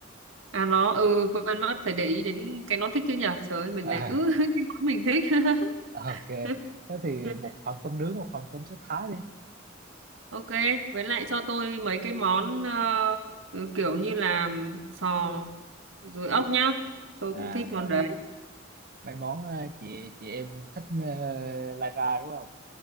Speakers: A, on the right; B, on the right.
A: À nó ừ quên mất phải để ý đến cái nó thích chứ nhở. Trời ơi, mình
B: <laughs>
A: lại cứ <laughs> cái món mình thích.
B: ok
A: <laughs>
B: thế thì một phần tôm nướng một phần tôm sốt thái đi
A: Ok, với lại cho tôi mấy cái món ờ, ừ, kiểu như là sò rồi ốc nhá. Tôi
B: à
A: cũng thích
B: rồi
A: món đấy.
B: mấy món ờ, chị chị em thích ờ, lai ra đúng không